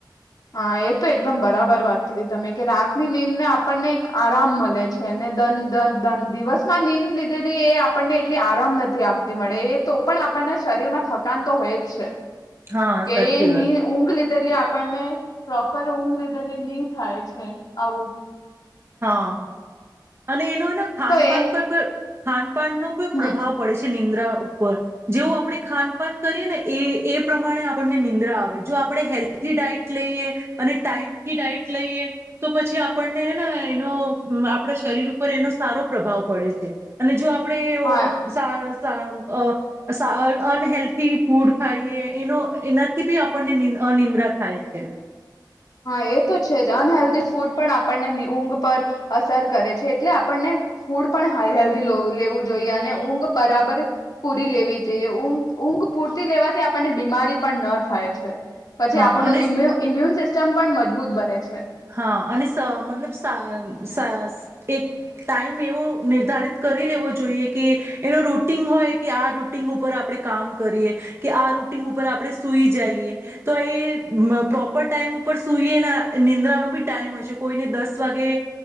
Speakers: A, on the left; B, on the right.
A: હા એ તો એકદમ બરાબર વાત કીધી તમે કે રાતની નીંદ ને આપણને એક આરામ મળે છે નેન દિવસમાં નીંદ લીધેલી એ આપણને એટલી આરામ નથી આપતી મળે એ તો પણ આપણના શરીર માં થકાન તો હોય જ છે.
B: હા
A: કે
B: સાચી
A: એ
B: વાત.
A: ની ઊંઘ લીધેલી આપણને પ્રોપર ઊંઘ લીધેલી નહી થાય છે આવું.
B: હા. અને એનો એના ખાન
A: તો
B: પાાન
A: એ
B: પર પણ ખાનપાનનો
A: હમ
B: પ્રભાવ પડે છે. નિદ્રા ઉપર જેવું આપણે ખાનપાન કરીએ ને એ એ પ્રમાણે આપણને નિંદ્રા આવે જો આપણે હેલ્થી ડાઈટ લઈએ અને ટાઈમથી ડાઈટ લઈએ તો પછી આપણનેે આપ શરીર ઉપર એનો સારો પ્રભાવ પડે છે અને જો આપ કપડે
A: હા
B: ઓ સ અનહેલ્થી ફૂડ ખાઈએ એનો એનાથી બી આપણને અનિદ્રા થાય છે.
A: હા એ તો છે જ અનહેેલ્ધી ફૂડ પણ આપણને ઊંઘ પર અસર કરે છે એટલે આપણને ફૂડ પણ હેલ્ધી લેવું જોઈએ અને ઊંઘ બરાબર પૂરી લેવી જોઈએ ઊંઘ ઊંઘ પૂરતી લેવાથી આપણને બીમારી પણ ન થાય છે. પછી
B: હા
A: આપણું
B: અને
A: ઇમ્યુન સિસ્ટમ પણ મજબૂત બને છે.
B: હા અને મતલબ એક ટાઈમ એવો નિર્ધારિત કરી લેવો જોઈએ કે એનો રૂટિન હોય કે આ રૂટિન ઉપર આપણે કામ કરીએ કે આ રૂટિન ઉપર આપણે સુઈ જઈએ તો એ પ્રોપર ટાઈમ ઉપર સુઈએ નિંદ્રા ટમ હોય કોઈ દસ વાગે